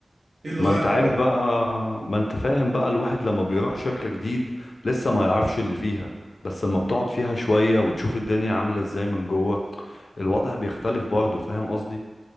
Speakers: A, on the right (about 85°); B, on the left (about 75°).
A: ايه اللي
B: ما
A: غير
B: انت عارف
A: رأيك
B: بقى ما انت فاهم بقى الواحد لما بيروح شركة جديد لسه ما يعرفش اللي فيها بس لما بتقعد فيها شوية وتشوف الدنيا عاملة ازاي من جوه الوضع بيختلف برضه فاهم قصدي؟